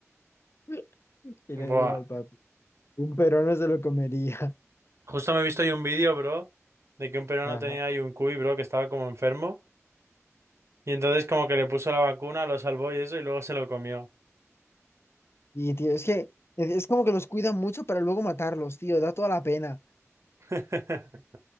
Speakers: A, on the left; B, on the right.
A: <laughs> Y le
B: Buah.
A: digo al papi. Un peruano se lo comería. <laughs>
B: Justo me he visto ahí un vídeo, bro, de que un peruano
A: Ajá.
B: tenía ahí un cuy, bro, que estaba como enfermo. Y entonces como que le puso la vacuna, lo salvó y eso, y luego se lo comió.
A: Y, tío, es que es, es como que los cuidan mucho para luego matarlos, tío. Da toda la pena.
B: <laughs>